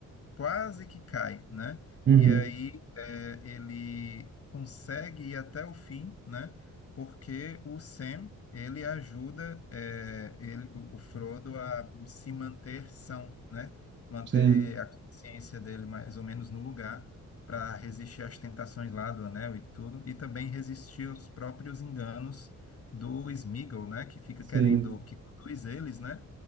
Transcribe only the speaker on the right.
Uhum.
Sim,
sim,